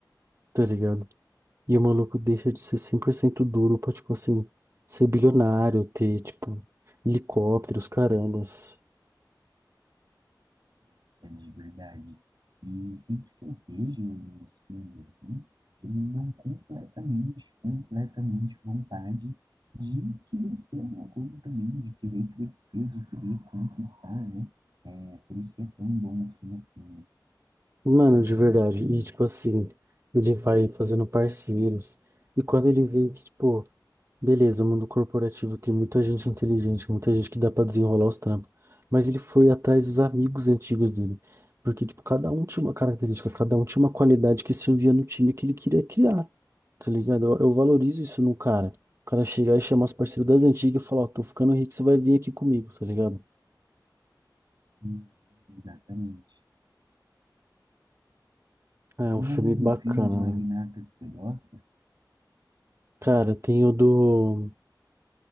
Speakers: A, on the right; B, on the right.
A: tá ligado? E o maluco deixa de ser 100% duro pra, tipo assim, ser bilionário, ter, tipo, helicópteros, carambas.
B: Nossa, de verdade. E sempre que eu vejo os filmes assim, eles me dão completamente, completamente vontade de querer ser alguma coisa também, de querer crescer, de querer conquistar, né? É por isso que é tão bom um filme assim, né?
A: Mano, de verdade. E, tipo assim, ele vai fazendo parceiros. E quando ele vê que, tipo, Beleza, o mundo corporativo tem muita gente inteligente, muita gente que dá pra desenrolar os trampos. Mas ele foi atrás dos amigos antigos dele. Porque, tipo, cada um tinha uma característica, cada um tinha uma qualidade que servia no time que ele queria criar. Tá ligado? Eu, eu valorizo isso num cara. O cara chegar e chamar os parceiros das antigas e falar, ó, tô ficando rico, você vai vir aqui comigo, tá ligado?
B: Hum, exatamente.
A: É
B: Tem
A: um filme
B: mais algum
A: bacana,
B: filme de magnata
A: né?
B: que você gosta?
A: Cara, tem o do.